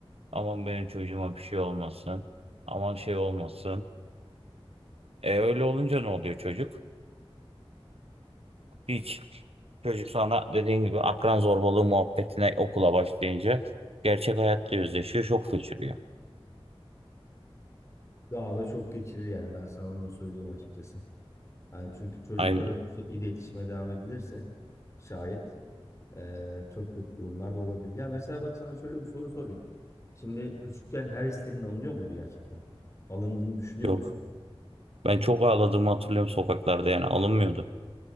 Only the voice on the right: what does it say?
Aman benim çocuğuma bir şey olmasın. Aman şey olmasın. E öyle olunca ne oluyor çocuk? Hiç. Çocuk sana dediğin gibi akran zorbalığı muhabbetine okula başlayınca gerçek hayatta yüzleşiyor, şok geçiriyor.
Aynen.
Yok.
Ben çok ağladığımı hatırlıyorum sokaklarda yani alınmıyordu.